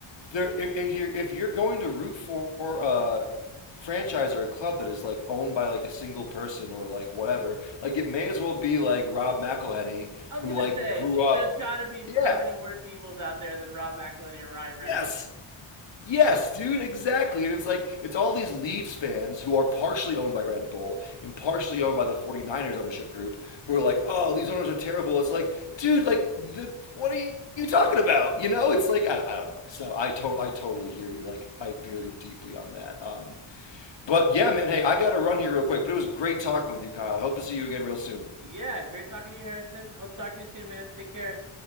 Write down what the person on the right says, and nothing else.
I was
gonna
say
there's got to be
so many worse evils out there than Rob McElhenney and Ryan Reynolds.
Yeah,
yeah.
Yeah, great talking to you, Harrison. Hope to talk to you soon, man. Take care.